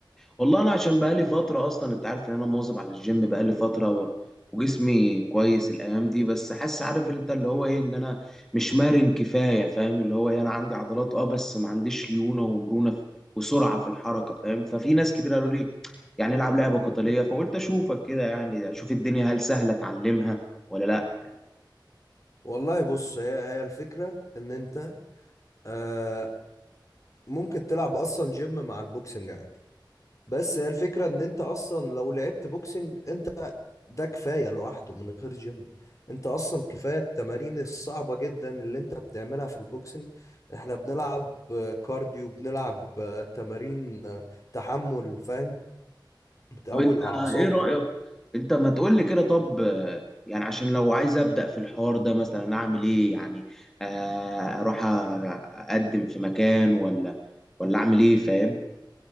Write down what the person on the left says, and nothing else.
والله بص هي هي الفكرة ان انت آه ممكن تلعب اصلا جيم مع البوكسنج عادي بس هي الفكرة ان انت اصلا لو لعبت بوكسنج انت ده كفاية لوحده من غير جيم انت اصلا كفاية التمارين الصعبة جدا اللي انت بتعملها في البوكسنج احنا بنلعب آه، كارديو بنلعب آه، تمارين آه، تحمل فاهم بتقوي
الاعصاب